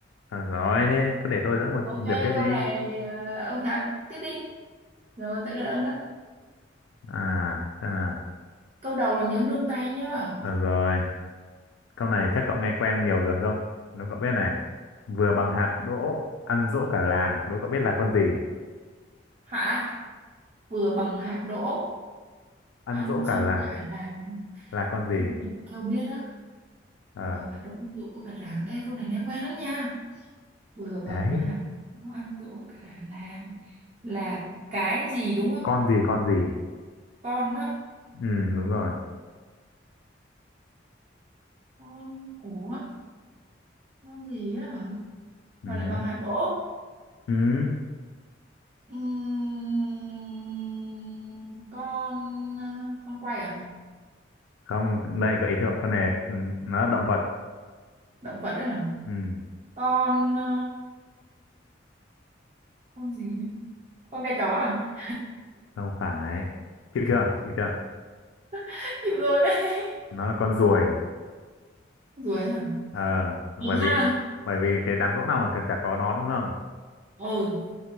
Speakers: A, on the left; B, on the right.
A: Được rồi, thế cứ để tôi dẫn một
B: ok
A: điểm trước đi.
B: câu này à, ông thắng tiếp đi rồi tới lượt ông đó
A: À, xem nào.
B: câu đầu là nhớ nương tay nhá
A: Được rồi, câu này chắc cậu nghe quen nhiều rồi không? Đố cậu biết này. Vừa bằng hạt đỗ, ăn dỗ cả làng. Đố cậu biết là con gì?
B: hả vừa bằng hạt đỗ
A: Ăn
B: ăn
A: dỗ cả
B: dỗ
A: làng
B: cả làng
A: là con gì?
B: Cái gì mà biết á
A: Ờ,
B: vừa bằng hạt đỗ ăn dỗ cả làng ê câu này nghe quen lắm nha vừa
A: đấy.
B: bằng hạt đỗ ăn dỗ cả làng là cái gì đúng không
A: Con gì, con gì?
B: con á
A: Ừ, đúng rồi.
B: con ủa con gì á hả?
A: Ừ,
B: Mà lại
A: hứ.
B: bằng hạt đỗ.
A: ừ.
B: Ừm, con ờ, con quay à?
A: Không, đây gợi ý cho cậu. Con này ừ, nó là động vật.
B: Động vật đấy hả?
A: Ừ,
B: Con ờ, con gì nữa? Con bé chó à?
A: không phải. Chịu chưa? Chịu chưa?
B: <laughs> chịu rồi đấy
A: Nó là con ruồi.
B: Ruồi à?
A: Ờ,
B: Đúng
A: bởi vì
B: ha.
A: bởi vì cái đám dỗ nào mà cần chả có nó đúng không?
B: Ừ.